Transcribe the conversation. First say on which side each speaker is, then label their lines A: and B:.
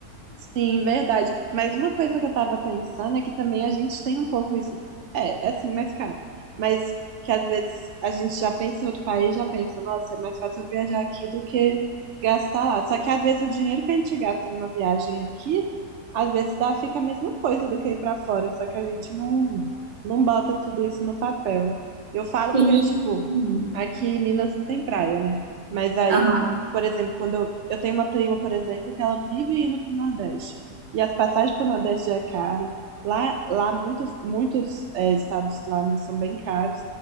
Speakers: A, on the right (about 75°); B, on the right (about 35°).
A: Sim, verdade. Mas uma coisa que eu tava pensando é que também a gente tem um pouco isso. É, é assim, mais caro. Mas que às vezes a gente já pensa em outro país, já pensa, nossa, é mais fácil eu viajar aqui do que gastar lá. Só que às vezes o dinheiro que a gente gasta numa viagem aqui, às vezes dá, fica a mesma coisa do que ir pra fora, só que a gente não, não bota tudo isso no papel. Eu falo
B: <laughs>
A: porque, tipo,
B: Sim.
A: aqui em Minas não tem praia, né? Mas aí
B: Aham.
A: por exemplo, quando eu, eu tenho uma prima, por exemplo, que ela vive indo para o Nordeste. E as passagens para o Nordeste já é caro. Lá, lá muitos, muitos é, estados lá, né, são bem caros.